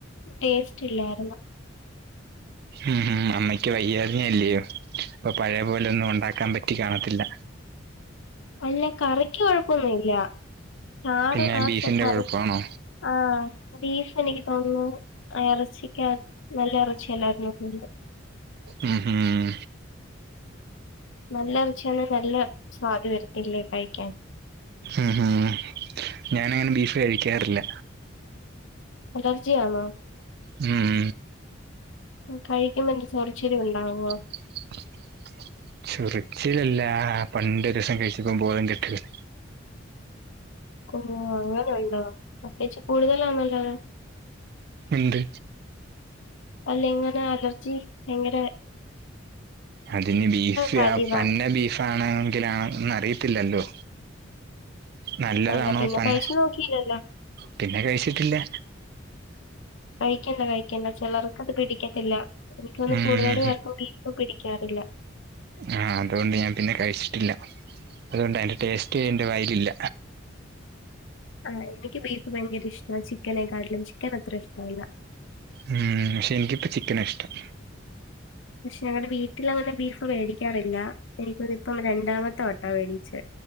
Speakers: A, on the left; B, on the right.
A: ടേസ്റ്റ് ഇല്ലായ്ര്ന്ന്
B: ഉം ഉം അമ്മയ്ക്ക് വയ്യായിര്ന്നല്ല്യോ അപ്പൊ പഴയ പോലെ ഒന്നും ഉണ്ടാക്കാൻ പറ്റി കാണത്തില്ല
A: അല്ല കറിക്ക് കൊഴപ്പൊന്നുല്ല ചാറ്
B: പിന്നെ
A: ആ
B: ബീഫിന്റെ
A: ചെ കറി
B: കുഴപ്പാണോ
A: ആഹ് ബീഫ് എനിക്ക് തോന്നുന്നു ഇറച്ചക്യകത് നല്ല ഇറച്ചിയല്ലായിരുന്നന്ന് തോന്നുന്നു
B: ഉം ഉം
A: നല്ല ഇറച്ചിയാന്നേ നല്ല സ്വാദ് വരത്തില്ലേ കഴിക്കാൻ
B: ആഹ് ആഹ് ഞാനങ്ങനെ ബീഫ് കഴിക്കാറില്ല
A: അലർജിയാന്നോ
B: ഉം
A: ഉം കഴിക്കുമ്പെന്ത്‌ ചോറിച്ചില് ഉണ്ടാവോ
B: <inaudible> ചൊറിച്ചിലല്ലാ പണ്ടൊരുസം കഴിച്ചപ്പോ ബോധം കെട്ട് വീണ്
A: ഓഹ് അങ്ങനുണ്ടോ അപ്പൊ ച്ചി കൂടുതലാണല്ലോ അത്
B: ഇണ്ട്
A: അല്ല ഇങ്ങനെ അലർജി ഭയങ്കരെ
B: അതിന് ബീഫ്
A: കാര്യവാ
B: ആ പന്ന ബീഫാണോങ്കിലാ ന്നറിയത്തില്ലല്ലോ നല്ലതാണോ
A: അല്ല പിന്നെ
B: പന്ന
A: കഴിച്ചു നോക്കിയില്ലല്ലോ
B: പിന്നെ കഴിച്ചിട്ടില്ല
A: കഴിക്കണ്ട കഴിക്കണ്ട ചെലോർക്കത് പിടിക്കത്തില്ല എനിക്കോന്നു
B: ഉം
A: കൂടുതലുപേർക്കും ബി ഇപ്പൊ പിടിക്കാറില്ല
B: ആഹ് അതോണ്ട് ഞാൻ പിന്നെ കഴിച്ചിട്ടില്ല അതോണ്ടയ്ന്റെ ടേസ്റ്റ് എന്റെ വായിലില്ല
A: ആഹ് എനിക്ക് ബീഫ് ഭയങ്കര ഇഷ്ട ചിക്കനെ കാട്ടിലും ചിക്കനത്ര ഇഷ്ടല്ല
B: ഉം പക്ഷേ എനിക്കിപ്പം ചിക്കനാഷ്ടം
A: പക്ഷെ ഞങ്ങടെ വീട്ടിലങ്ങനെ ബീഫ് വേടിക്കാറില്ല എനിക്കതിപ്പം രണ്ടാമത്തെ വട്ടാ വേടിച്ചെ